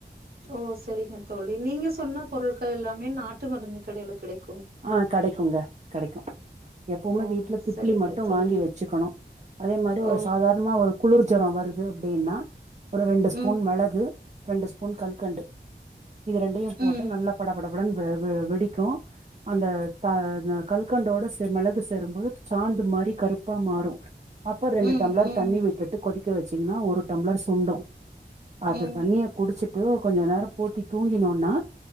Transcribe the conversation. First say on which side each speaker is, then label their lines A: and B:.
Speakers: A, on the right; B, on the right.
A: ஓ சரிங்க தோழி நீங்க சொன்ன பொருள்கள் எல்லாமே நாட்டு மருந்து கடையில கிடைக்
B: ஆ கடைக்குங்க கெடைக்கும் எப்பவுமே
A: ஓ!
B: வீட்ல திப்ளி
A: சரிங்க
B: மட்டும்
A: தோழி.
B: வாங்கி வச்சுக்கணும் அதே மாதிரி ஒரு
A: ஓ!
B: சாதாரணமா ஒரு குளுர் ஜொரோ வருது அப்டின்னா ஒரு ரெண்டு ஸ்பூன்
A: ம்,
B: மிளகு ரெண்டு ஸ்பூன் கல்கண்டு இது ரெண்டையும் போட்டு
A: ம்,
B: நல்லா படபடபடன் வெ வெ வெடிக்கும் அந்த த கல்கண்டோட செ மிளகு சேரும்போது சாந்து மாரி கருப்பா மாறும் அப்ப ரெண்டு
A: ம்,
B: டம்ளர்
A: ம்,
B: தண்ணி விட்டுட்டு கொதிக்க வச்சீங்ன்னா ஒரு டம்ளர் சுண்டும் அந்த
A: ம்.
B: தண்ணிய குடுச்சுட்டு கொஞ்ச நேரோ போத்தி தூங்கினோன்னா